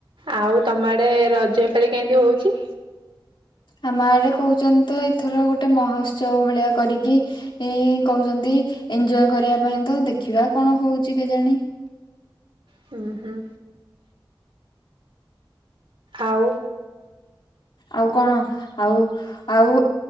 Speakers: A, on the right; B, on the left.
A: ଆଉ ତମ ଆଡେ ରଜ ଏପାଳି କେଁତି ହଉଛି?
B: ଆମ ଆଡେ କହୁଛନ୍ତି ତ! ଏଥର ଗୋଟେ ମହୋତ୍ସବ ଭଳିଆ କରିକି, ଏଇ କହୁଛନ୍ତି। ଏଞ୍ଜୋଅୟ୍ କରିବା ପାଇଁ ତ ଦେଖିବା କଣ ହଉଛି କେଜାଣି।
A: ହୁଁ ହୁଁ। ଆଉ
B: ଆଉ କଣ ଆଉ ଆଉ